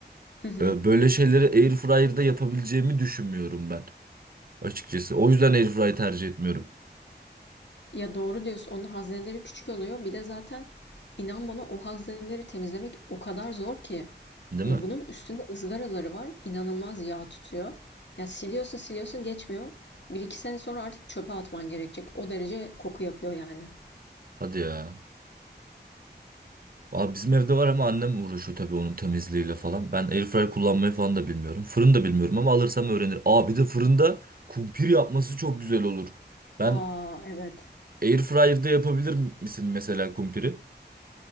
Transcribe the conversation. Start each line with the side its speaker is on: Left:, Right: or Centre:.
Left: <laughs>
Right: E, böyle şeyleri airfryer'da yapabileceğimi düşünmüyorum ben açıkçası. O yüzden airfryer tercih etmiyorum.
Left: Ya doğru diyorsun. Onun hazineleri küçük oluyor. Bir de zaten inan bana o hazineleri temizlemek o kadar zor ki.
Right: Değil
Left: E,
Right: mi?
Left: bunun üstünde ızgaraları var. İnanılmaz yağ tutuyor. Ya siliyorsun siliyorsun geçmiyor. Bir iki sene sonra artık çöpe atman gerekecek. O derece koku yapıyor yani.
Right: Hadi ya. Aa, bizim evde var ama annem uğraşıyor tabii onun temizliğiyle falan. Ben airfryer kullanmayı falan da bilmiyorum. Fırın da bilmiyorum ama alırsam öğrenir. Aa bir de fırında kumpir yapması çok güzel olur. Ben
Left: Aa evet.
Right: Airfryer'da yapabilir misin mesela kumpiri?